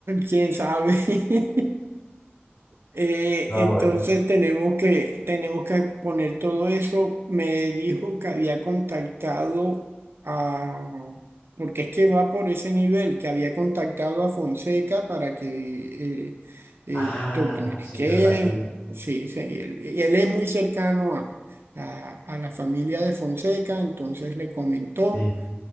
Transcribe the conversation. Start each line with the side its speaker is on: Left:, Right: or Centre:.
Right: quién sabe. <laughs> Eh,
Left: No,
Right: entonces
Left: eh.
Right: tenemos que, tenemos que poner todo eso. Me dijo que había contactado a, porque es que va por ese nivel, que había contactado a Fonseca para que eh, eh,
Left: ah,
Right: toquen. Es
Left: sí,
Right: que
Left: ¿verdad que él?
Right: sí, sí, él, él es muy cercano a, a, a la familia de Fonseca, entonces le comentó,
Left: Sí,